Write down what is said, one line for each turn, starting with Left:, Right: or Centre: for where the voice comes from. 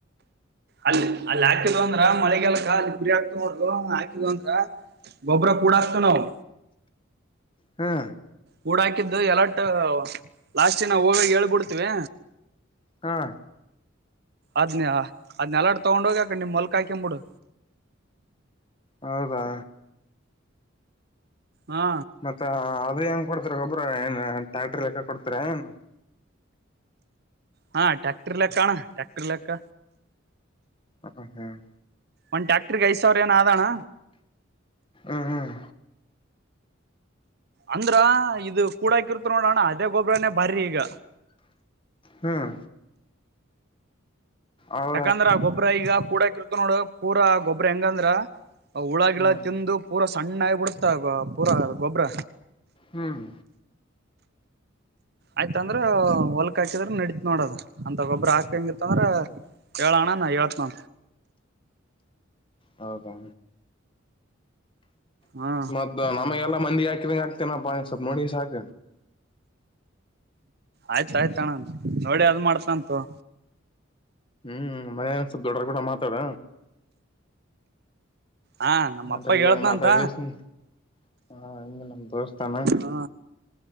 Right: ಅಲ್ಲಿ ಅಲ್ಲಿ ಹಾಕಿದ್ವ ಅಂದ್ರ ಮಳಿಗಾಲಕ್ಕ ಅಲ್ಲಿ ಕುರಿ ಆ ನೋಡದು ಹಾಕಿದ್ವು ಅಂದ್ರ ಗೊಬ್ರ ಕೂಡಾಕ್ತಿವ್ ನಾವು.
Left: ಹಾ
Right: ಕೂಡ ಹಾಕಿದ್ದು ಎಲ್ಲಟ ಲಾಸ್ಟಿಗ್ ನಾವ್ ಹೋಗಾಗ್ ಹೇಳ್ಬಿಡ್ತಿವಿ
Left: ಹಾ
Right: ಅದ್ನ್ಯಾ ಅದ್ನೆಲ್ಲಾಡ್ ತೊಗೊಂಡ್ ಹೋಗಿ ಆ ಕಡೆ ನಿಮ್ ಮಲ್ಕ ಹಾಕಂಬಿಡು.
Left: ಹೌದಾ
Right: ಹಾ
Left: ಮತ್ತ ಆಲ್ ಅ ಹೆಂಗ್ ಕೊಡ್ತೀರ ಗೊಬ್ರ ಏನ್ ಟ್ಯಾಕ್ಟ್ರ ಲೆಕ್ಕ ಕೊಡ್ತೀರ ಏನ್?
Right: ಹಾ ಟ್ರ್ಯಾಕ್ಟರ್ ಲೆಕ್ಕಣ ಟ್ರ್ಯಾಕ್ಟರ್ ಲೆಕ್ಕ.
Left: ಹ ಹ್ಮ್
Right: ಒಂದ ಟ್ಯಾಕ್ಟ್ರಿಗೆ ಐದ್ ಸಾವ್ರ ಏನ ಆದಣ್ಣ
Left: ಉ ಹ್ಮ್
Right: ಅಂದ್ರ ಇದು ಕೂಡಾಕಿರ್ತಿವ್ ನೋಡೋಣ ಅದೇ ಗೊಬ್ರನೇ ಬಾರಿ ಈಗ
Left: ಹ್ಮ್ ಅವ
Right: ಯಾಕಂದ್ರ ಆ ಗೊಬ್ರ ಈಗ ಕೂಡಾಕಿರ್ತಿವ್ ನೋಡು ಪೂರಾ ಗೊಬ್ರ ಹೆಂಗಂದ್ರ ಅವ್ ಹುಳ ಗಿಳ
Left: ಹ್ಮ್
Right: ತಿಂದು ಪೂರ ಸ್ ಸಣ್ಣಾಗಿ ಬಿಡುತ್ತಾ ಗೊ ಪೂರಾ ಗೊಬ್ರ.
Left: ಹ್ಮ್
Right: ಆಯ್ತ ಅಂದ್ರ ಹೊಲ್ಕ್ ಹಾಕಿದ್ರ ನಡೀತ್ ನೋಡದು ಅಂತ ಗೊಬ್ರ ಹಾಕಂಗಿತ್ತಂದ್ರ ಹೇಳಣ್ಣ ನಾ ಹೇಳ್ತ್ನ
Left: ಹೌದಾ
Right: ಹಾ
Left: ಮದ್ದ ನ ಆಮಾಗ ಎಲ್ಲಾ ಮಂದಿ ಹಾಕಿದಂಗೆ ಹಾಕ್ತೇನಪ್ಪ ಸ್ವಲ್ಪ ನೋಡಿ ಸಾಕ.
Right: ಆಯ್ತಾಯ್ತಣ್ಣ ನ್ ನೋಡಿ ಅದ್ ಮಾಡ್ ತನ್ ತಗೋ
Left: ಹ್ಮ್ ಮನೆಯ ಒಂದ ಸ್ವಲ್ಪ ದೊಡ್ಡರ್ ಕೂಡ ಮಾತಾಡ.
Right: ಹಾ ನಮ್ಮ
Left: ಮಾತಡಿಯೆ
Right: ಅಪ್ಪಗ್ ಹೇಳ್ತ್ನಂತ
Left: ಮಾತಾಡ್ ಗೆಸಿ ಹಾ ಇನ್ನು ನಮ್ ದೋಸ್ ತಮ
Right: ಹ